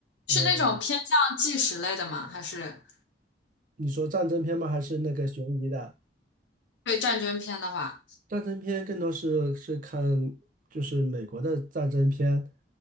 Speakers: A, on the left; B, on the right.
A: 是那种偏向纪实类的吗？
B: 呃，
A: 还是？
B: 你说战争片吗？还是那个悬疑的？
A: 对战争片的话，
B: 战争片更多是是看就是美国的战争片，